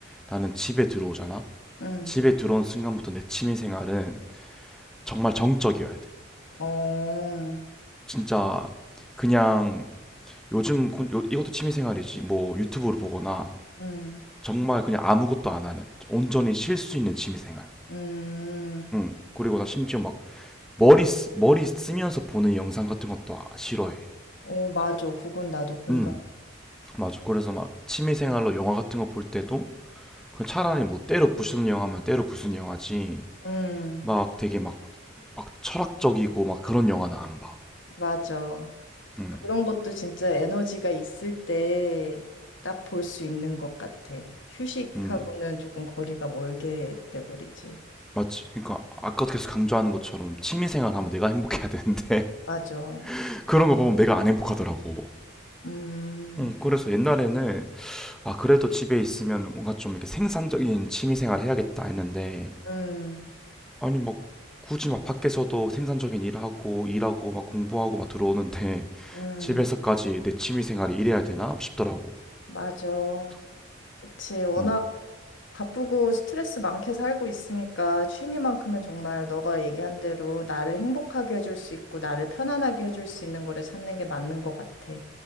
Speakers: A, in the centre; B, on the left.
A: 나는 집에 들어오잖아?
B: 음,
A: 집에 들어온 순간부터 내 취미 생활은 정말 정적이어야 돼.
B: 어,
A: 진짜 그냥 요즘 고- 요- 이것도 취미 생활이지. 뭐 유튜브를 보거나
B: 음,
A: 정말 그냥 아무것도 안 하는 온전히 쉴 수 있는 취미 생활.
B: 음,
A: 응. 그리고 나 심지어 막 머리 쓰- 머리 쓰면서 보는 영상 같은 것도 아- 싫어해.
B: 오, 맞아. 그건 나도 공감.
A: 응. 맞아. 그래서 막 취미 생활로 영화 같은 거 볼 때도 그냥 차라리 뭐 때로 부수는 영화면 때로 부수는 영화지.
B: 음,
A: 막 되게 막 막 철학적이고 막 그런 영화는 안 봐.
B: 맞아.
A: 음,
B: 그런 것도 진짜 에너지가 있을 때 딱 볼 수 있는 것 같아. 휴식하고는
A: 음,
B: 조금 거리가 멀게 돼버리지.
A: 맞지. 그러니까 아까 계속 강조하는 것처럼 취미생활 하면 내가 행복해야 되는데
B: 맞아.
A: <laughs> 그런 거 보면 내가 안 행복하더라고.
B: 음.
A: 음, 그래서 옛날에는 아 그래도 집에 있으면 뭔가 좀 이렇게 생산적인 취미생활 해야겠다 했는데
B: 음,
A: 아니 막 굳이 막 밖에서도 생산적인 일하고 일하고 막 공부하고 막 들어오는데
B: 음,
A: 집에서까지 내 취미생활이 이래야 되나 싶더라고.
B: 맞아. 그치. 워낙
A: 음,
B: 바쁘고 스트레스 많게 살고 있으니까 취미만큼은 정말 너가 얘기한 대로 나를 행복하게 해줄 수 있고 나를 편안하게 해줄 수 있는 거를 찾는 게 맞는 것 같아.